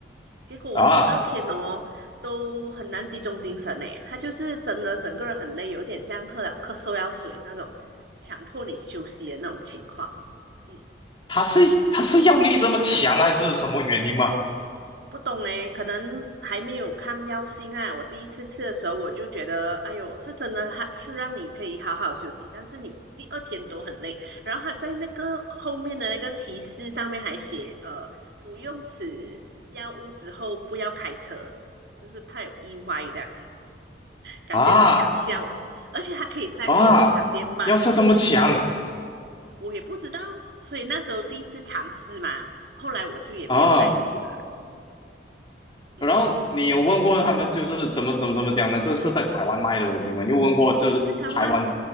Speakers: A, on the right; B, on the left.
A: 结果我第二天哦都很难集中精神诶，
B: 啊。
A: 他就是真的整个人很累，有点像喝了咳嗽药水那种强迫你休息的那种情况。嗯，
B: 他是他是药力这么强还是什么原因吗？
A: 就不懂呢，可能还没有抗药性啊。我第一次吃的时候，我就觉得，哎呦，是真的，它是让你可以好好休息，但是你第二天都很累。然后它在那个后面的那个提示上面还写，呃，服用此药物之后不要开车，就是怕有意外的，感觉很强效，
B: 啊
A: 而且它可以在便利商店卖，
B: 啊，药效这么强
A: 我也不知道，所以那时候第一次尝试嘛，后来我就也没有再吃了。
B: 啊！
A: 嗯，
B: 然后你有问过他们就是怎么怎么怎么讲呢？这是在台湾卖的东西吗？你有问过就是台湾
A: 在台湾